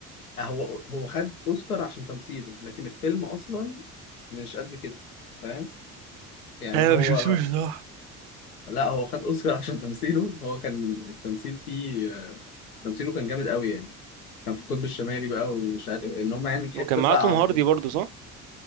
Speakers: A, on the left; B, on the right.
A: هو هو خد اوسكار عشان تمثيله لكن الفيلم اصلا مش قد كده فاهم يعني
B: انا
A: هو
B: ما بشوفوش بصراحة
A: لا هو خد اوسكار <laughs> عشان تمثيله هو كان التمثيل فيه تمثيله كان جامد قوي يعني كان في القطب الشمالي بقى ومش عارف إيه، ان هم يعني في
B: وكان
A: حته
B: معاه
A: ساقعه
B: توم هاردي
A: وكده
B: برضه صح؟